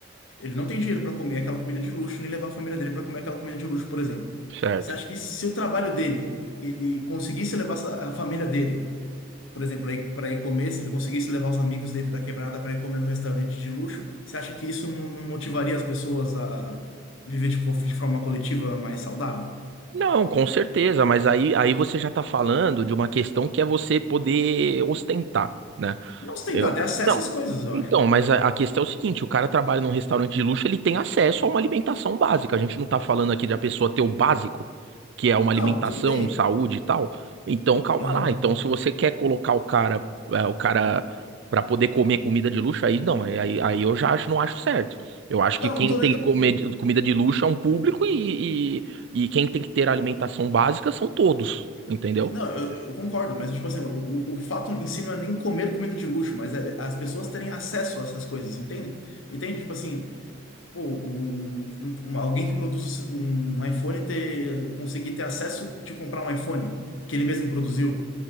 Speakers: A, on the left; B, on the right.
A: ele não tem dinheiro para comer aquela comida de luxo, nem levar a família dele para comer aquela comida de luxo, por exemplo.
B: certo.
A: Você acha que se o trabalho dele, ele conseguisse levar essa- a família dele, por exemplo, para ir comer, se ele conseguisse levar os amigos dele da quebrada para ir comer num restaurante de luxo, você acha que isso não, não motivaria as pessoas a viver de, co- de forma coletiva mais saudável?
B: Não, com certeza, mas aí, aí você já tá falando de uma questão que é você poder ostentar. né?
A: Não se tentar
B: Eu...
A: ter acesso
B: Não.
A: às coisas, eu
B: Então,
A: acho.
B: mas a, a questão é o seguinte, o cara trabalha num restaurante de luxo, ele tem acesso a uma alimentação básica. A gente não tá falando aqui da pessoa ter o básico, que é uma alimentação,
A: Não, tudo bem.
B: um saúde e tal. Então, calma
A: Aham.
B: lá. Então, se você quer colocar o cara, é, o cara para poder comer comida de luxo, aí não, é, aí, aí eu já acho, não acho certo. Eu acho
A: Não,
B: que quem
A: não tô,
B: tem que comer de- comida de luxo é um público e, e, e quem tem que ter alimentação básica são todos, entendeu?
A: Não, eu, eu concordo, mas tipo assim, o, o o fato em si não é nem comer comida de luxo, mas é as pessoas terem acesso a essas coisas, entende? Entende? Tipo assim, pô, um- um- um- alguém que produz um iPhone ter, conseguir ter acesso de comprar um iPhone que ele mesmo produziu.